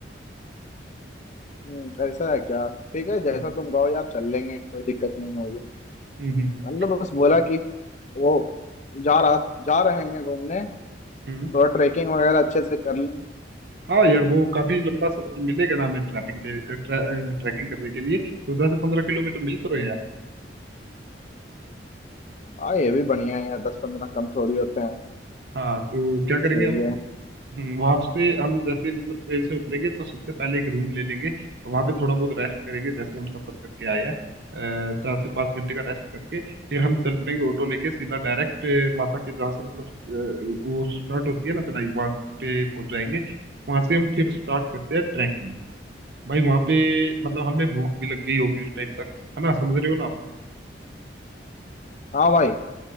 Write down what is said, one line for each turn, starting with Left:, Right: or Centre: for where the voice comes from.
Left: हम्म, ऐसा है क्या तो ठीक है जैसा
Right: हम्म
Left: तुम कहो यार चल लेंगे कोई दिक्कत नहीं है मुझे
Right: हम्म हम्म हम्म।
Left: मतलब
Right: तो
Left: बस बोला कि वो जा रहा जा रहे हैं घूमने
Right: हम्म
Left: थोड़ा ट्रैकिंग वगैरह अच्छे से कर लें
Right: हाँ यार वो काफी लंबा सफर मिलेगा ना हमें ट्रैपिंग के ट्रै, ट्रैकिंग करने के लिए तो दस से पंद्रह किलोमीटर मिल तो रहे यार
Left: हाँ ये भी बढ़िया है यार दस पंद्रह कम थोड़ी होते हैं
Right: हाँ तो क्या करेंगे
Left: सही
Right: हम
Left: है
Right: हम्म, वहाँ से हम जैसे मतलब ट्रेन से उतरेंगे तो सबसे पहले एक रूम ले लेंगे तो वहाँ पे थोड़ा बहुत रेस्ट करेंगे जैसे हम सफर करके आए हैं अ, चार से पाँच घंटे का रेस्ट करके फिर हम चल पड़ेंगे ऑटो लेके सीधा डायरेक्ट माता के जहाँ से मतलब अ, वो स्टार्ट होती है ना चढ़ाई वहाँ पे पहुंच जाएंगे वहाँ से हम फिर स्टार्ट करते हैं ट्रैकिंग भाई वहां पे मतलब हमें भूख भी लग गई होगी उस टाइम तक है ना समझ रहे हो ना आप?
Left: हाँ भाई